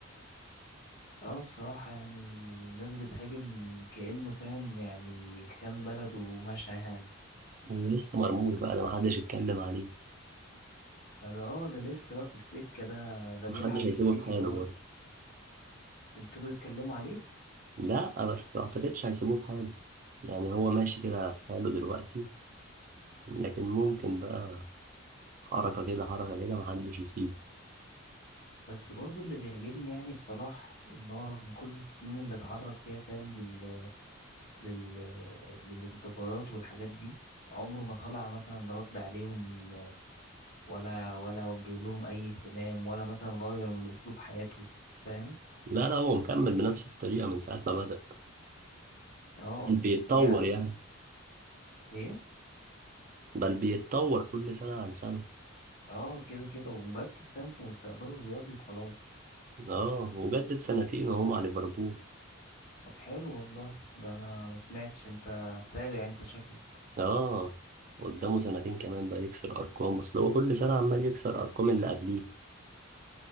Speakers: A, on the left; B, on the right.
A: اه بصراحة يعني الناس بتهاجم كأنه فاهم يعني كان بلده ومشى يعني
B: ولسه مرموش بقى ده محدش يتكلم عليه
A: فده اه ده لسه بقى في السكة ده ده
B: محدش
A: بيلعب
B: هيسيبه
A: في السيتي
B: في حاله
A: ده برضه
B: برضه
A: ابتدوا يتكلموا عليه
B: لا بس ما اعتقدش هيسيبوه في حاله يعني هو ماشي كده في حاله دلوقتي لكن ممكن بقى حركة كده حركة كده محدش يسيبه
A: بس برضه اللي بيعجبني يعني بصلاح إن هو رغم كل السنين اللي اتعرض فيها فاهم لل... لل... للانتقادات والحاجات دي عمره ما طلع مثلا رد عليهم ولا ولا وجه لهم أي اهتمام ولا مثلا غير من أسلوب حياته فاهم
B: لا لا هو مكمل بنفس الطريقة من ساعة ما بدأ
A: اه
B: بيتطور
A: دي أحسن
B: يعني
A: إيه
B: بل بيتطور كل سنة عن سنة
A: اه كده كده ومركز فاهم في مستقبله الرياضي وخلاص
B: اه وجدد سنتين وهو مع ليفربول
A: طب حلو والله ده انا ما سمعتش انت متابع انت شكلك
B: اه قدامه سنتين كمان بقى يكسر أرقام أصل هو كل سنة عمال يكسر أرقام اللي قبليه